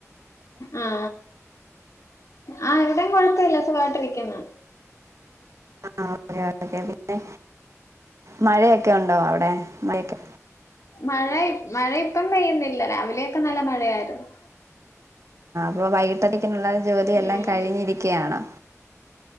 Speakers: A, on the left (about 65°); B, on the right (about 65°).
A: ആ ആ എവിടെ കൊഴപ്പില്ല സുഖായിട്ട് ഇരിക്കുന്നു.
B: ആ ഓക്കെ ഓക്കെ പിന്നെ മഴയൊക്കെ ഉണ്ടോ അവിടെ, മഴയൊക്കെ
A: മഴയി മഴ ഇപ്പം പെയ്യുന്നില്ല, രാവിലെയൊക്കെ നല്ല മഴയായിരുന്നു.
B: വ വൈകിട്ടത്തേ ക്ക്നുള്ള ജോലിയെല്ലാം
A: ഉം
B: കഴിഞ്ഞിരിക്കയാണ്.